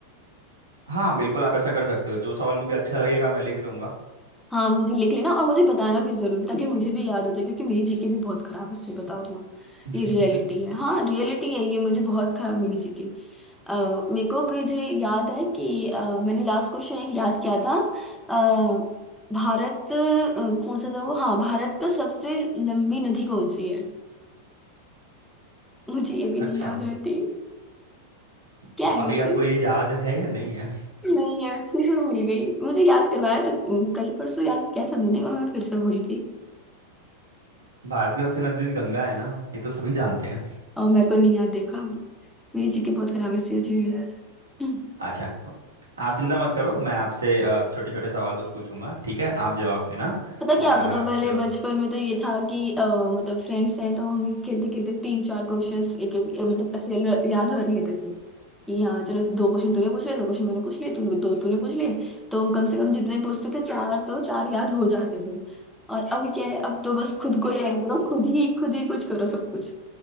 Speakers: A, on the right (about 70°); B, in the centre.
A: हाँ बिल्कुल आप ऐसा कर सकते हो जो सवाल मुझे अच्छा लगेगा मैं लिख लूंगा
B: हाँ मुझे लिख लेना और मुझे बताना भी जरूर ताकि मुझे भी याद हो जाए क्योंकि मेरी जीके भी बहुत खराब है इसलिए बता रही हूँ
A: <laughs>
B: ये रियलिटी है हाँ रियलिटी है ये मुझे बहुत खराब मेरी जीके अह, मेरे को मुझे याद है कि अह, मैंने लास्ट क्वेश्चन एक याद किया था अह, भारत अह, कौन सा था वो हाँ भारत का सबसे लंबी नदी कौन सी है मुझे ये भी
A: अच्छा
B: नहीं याद रहती क्या
A: तो अभी
B: है वैसे
A: आपको ये याद है या नहीं है
B: नहीं है <laughs> फिर से भूल गई मुझे याद करवाया था कल परसों याद किया था मैंने और मैं फिर से भूल गई
A: भारत की सबसे नदी गंगा है ना ये तो सभी जानते हैं
B: और मैं तो नहीं यार देखा मेरी जीके बहुत खराब स्थिति हुई है सीरियसली
A: अच्छा आप चिंता मत करो मैं आपसे छोटे छोटे सवाल कुछ पूछूंगा ठीक है आप जवाब देना
B: पता क्या
A: और
B: होता
A: अगर आप
B: था पहले
A: जो,
B: बचपन में तो ये था कि अ, मतलब फ्रेंड्स हैं तो हम खेलते खेलते तीन चार क्वेश्चंस एक एक मतलब ऐसे ल- याद कर लेते थे कि हाँ चलो दो क्वेश्चन तूने पूछ लिए दो क्वेश्चन मैंने पूछ लिए तूने दो तूने पूछ लिए तो कम से कम जितने पूछते थे चार तो चार याद हो जाते थे और अब क्या है अब तो बस खुद को याद करो खुद ही खुद ही कुछ करो सब कुछ